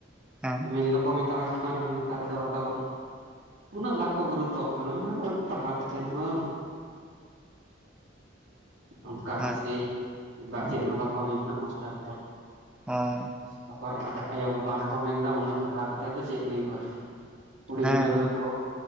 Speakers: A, in the centre; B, on the right (about 75°).
A: ᱦᱮᱸ
B: ᱢᱮᱱ ᱫᱚᱠᱚ ᱢᱮᱱ ᱢᱮᱛᱟᱣᱟᱠᱚ ᱠᱟᱱ ᱨᱮᱦᱚᱸ ᱱᱮᱛᱟᱨ ᱫᱚ ᱟᱫᱚ ᱩᱱᱟᱹᱜ ᱵᱟᱠᱚ ᱜᱩᱨᱩᱛᱚ ᱟᱜ ᱠᱟᱱᱟ <inaudible> ᱯᱟᱲᱦᱟᱣ ᱠᱟᱛᱮ ᱠᱟᱛᱮᱫ ᱦᱚᱸ ᱚᱱᱠᱟ
A: ᱦᱳᱭ
B: ᱜᱮ ᱥᱮᱤᱭ ᱵᱟ ᱪᱮᱫ ᱦᱚᱸ ᱵᱟᱠᱚ ᱢᱮᱱ ᱦᱟᱸᱜ ᱢᱟᱥᱴᱟᱨ ᱠᱚ
A: ᱦᱚᱸ
B: ᱛᱟᱯᱚᱨ ᱟᱨ ᱟᱭᱚ ᱵᱟᱵᱟ ᱦᱚᱸᱠᱚ ᱢᱮᱱᱫᱟ ᱩᱱᱟᱹᱜ ᱯᱟᱲᱦᱟᱣ ᱠᱟᱛᱮ ᱫᱚ ᱪᱮᱫ ᱦᱩᱭᱩᱜᱼᱟ ᱠᱩᱲᱤ
A: ᱦᱮᱸ
B: ᱜᱤᱫᱟᱹᱨ ᱫᱚᱠᱚ